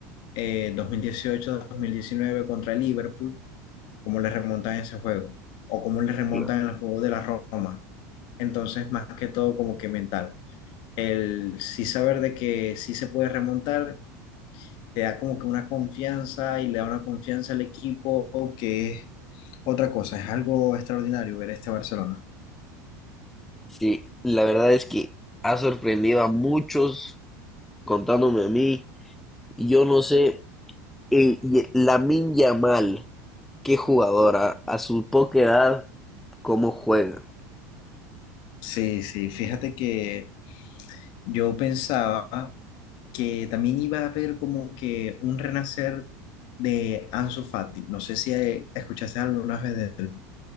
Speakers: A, on the left (about 60°); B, in the centre.
A: eh, 2018-2019 contra el Liverpool, cómo le remontan en ese juego, o cómo le remontan
B: Claro.
A: en el juego de la Roma. Entonces, más que todo, como que mental. El sí saber de que sí se puede remontar, te da como que una confianza y le da una confianza al equipo, que es otra cosa, es algo extraordinario ver este Barcelona.
B: Sí, la verdad es que ha sorprendido a muchos, contándome a mí. Yo no sé, eh, y- Lamine Yamal, qué jugadora, a su poca edad, cómo juega.
A: Sí, sí, fíjate que Yo pensaba que también iba a haber como que un renacer de Ansu Fati. No sé si eh, escuchaste alguna vez de él.